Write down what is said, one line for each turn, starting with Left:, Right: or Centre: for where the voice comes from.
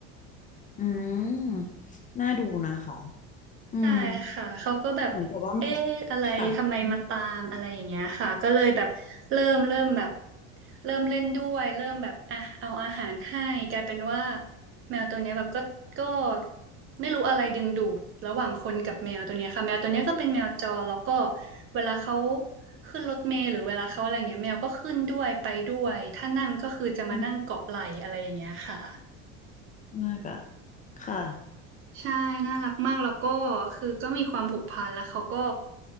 Left: อืมน่าดูนะคะ อืม
Right: ใช่ค่ะเขาก็แบบเอ๊ะอะไรทำไมมาตามอะไรอย่างเงี้ยค่ะก็เลยแบบเริ่มเริ่มแบบ
Left: เหมือนกับว่ามัน ค่ะอื
Right: เริ่มเล่นด้วยเริ่มแบบอ่ะเอาอาหารให้กลายเป็นว่าแมวตัวเนี้ยแบบก็ก็ไม่รู้อะไรดึงดูดระหว่างคนกับแมวตัวเนี้ยค่ะแมวตัวเนี้ยก็เป็นแมวจรแล้วก็เวลาเขาขึ้นรถเมล์หรือเวลาเขาอะไรเงี้ยแมวก็ขึ้นด้วยไปด้วยถ้านั่งก็คือจะมานั่งเกาะไหล่อะไรอย่างเงี้ยค่ะ
Left: มมากอะค่ะ
Right: ใช่น่ารักมากแล้วก็คือก็มีความผูกพันแล้วเขาก็